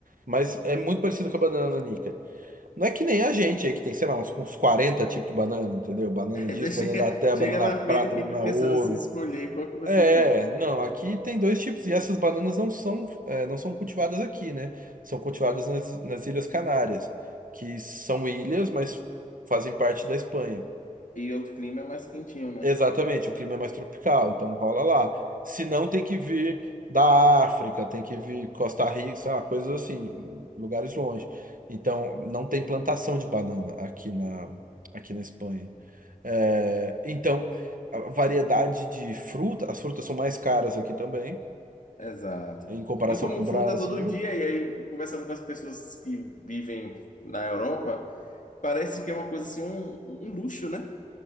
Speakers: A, on the right; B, on the left.
A: Mas é muito parecido com a banana nanica. Não é que nem a gente aí, que tem, sei lá, uns, uns 40 tipos de banana, entendeu? Banana
B: <laughs> Aí
A: disso,
B: você chega,
A: banana da terra,
B: chega
A: banana
B: na
A: prata,
B: feira e fica
A: banana
B: pensando
A: ouro.
B: assim, escolher qual que você
A: É,
B: quer.
A: não, aqui tem dois tipos, e essas bananas não são, é, não são cultivadas aqui, né? São cultivadas nas, nas Ilhas Canárias, que são ilhas, mas fazem parte da Espanha.
B: E o clima é mais quentinho, né?
A: Exatamente, o clima é mais tropical, então rola lá. Se não, tem que vir da África, tem que vir Costa Rica, sei lá, coisas assim, lugares longe. Então, não tem plantação de banana aqui na, aqui na Espanha. É, então, a variedade de fruta, as frutas são mais caras aqui também,
B: Exato.
A: em comparação
B: Eu como
A: com o Brasil.
B: fruta todo dia, e aí conversando com as pessoas que vivem na Europa, parece que é uma coisa assim, um, um luxo, né?